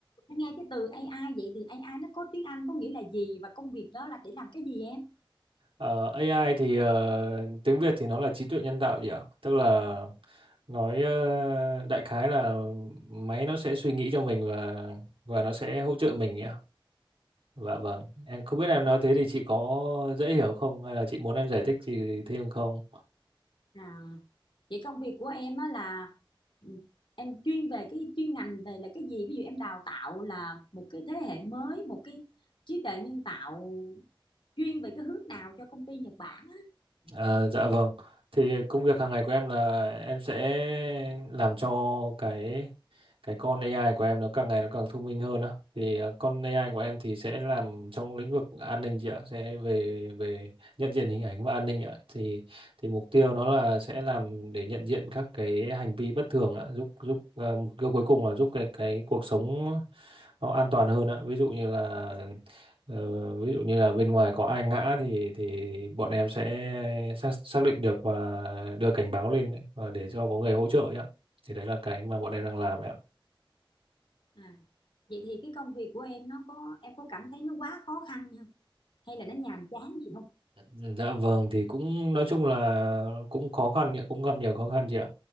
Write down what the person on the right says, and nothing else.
Ờ, AI thì ờ, tiếng Việt thì nó là trí tuệ nhân tạo gì ạ? Tức là nói ờ, đại khái là máy nó sẽ suy nghĩ cho mình và và nó sẽ hỗ trợ mình nhỉ? Dạ vâng, em không biết em nói thế thì chị có dễ hiểu không hay là chị muốn em giải thích gì thêm không?
Ờ, dạ vâng. Thì công việc hàng ngày của em là em sẽ làm cho cái cái con AI của em nó càng ngày nó càng thông minh hơn á. Thì ờ, con AI của em thì sẽ làm trong lĩnh vực an ninh chị ạ, sẽ về về nhận diện hình ảnh và an ninh ạ. Thì thì mục tiêu nó là sẽ làm để nhận diện các cái hành vi bất thường ạ, giúp giúp ờ, mục tiêu cuối cùng là giúp cái cái cuộc sống nó an toàn hơn ạ. Ví dụ như là Ờ, ví dụ như là bên ngoài có ai ngã thì thì bọn em sẽ xác xác định được và đưa cảnh báo lên ấy, và để cho có người hỗ trợ ấy ạ. Thì đấy là cái mà bọn em đang làm ấy ạ.
Dạ vâng thì cũng nói chung là cũng khó khăn ấy, cũng gặp nhiều khó khăn chị ạ.